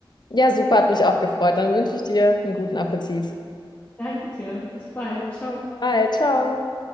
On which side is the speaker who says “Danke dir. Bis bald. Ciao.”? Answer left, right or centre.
Left